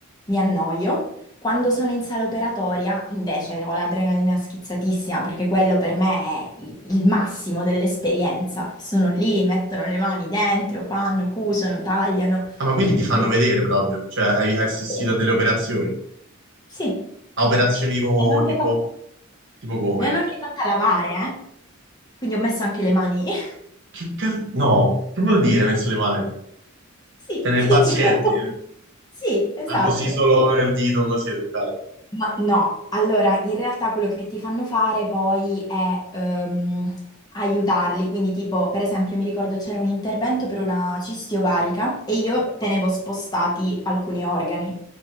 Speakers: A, on the left; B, on the right.
A: mi annoio, quando sono in sala operatoria invece ho l'adrenalina schizzatissima perché quello per me è il, il massimo dell'esperienza. Sono lì, mettono le mani dentro, fanno, cusano, tagliano.
B: Ah, ma quindi ti fanno
A: Bellissimo.
B: vedere proprio, cioè, hai hai assistito
A: Sì,
B: a delle operazioni.
A: sì.
B: A operazioni tipo,
A: E anche
B: tipo,
A: fa-
B: tipo come?
A: Mi hanno anche fatta lavare, eh? Quindi ho messo anche le mani. <laughs>
B: Che cazzo? No, che vuol dire messo le mani?
A: Sì,
B: Cioè, nel
A: ti
B: paziente,
A: giuro. Sì, esatto.
B: ma così solo il dito così è toccato.
A: Ma no, allora in realtà quello che ti fanno fare poi è ehm, aiutarli, quindi tipo per esempio mi ricordo c'era un intervento per una cisti ovarica e io tenevo spostati alcuni organi,